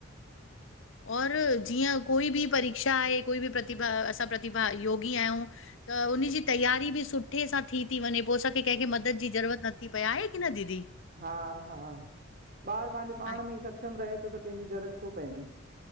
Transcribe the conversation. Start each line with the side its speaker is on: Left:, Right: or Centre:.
Left: <inaudible> और जीअं कोई बि परीक्षा आहे कोई बि प्रतिभा असां प्रतिभा योगी आहियूं त। उनजी तैयारी बि सुठे सां थी थी वञे। पोइ असांखे कंहिंखे मदद जी ज़रूरत नथी पए आहे की न दीदी।
Right: हा -हा ॿार पंहिंजे पाण
Left: ऐं-
Right: में ई सक्षम रहे त कंहिंजी ज़रूरत छो पहेंदी।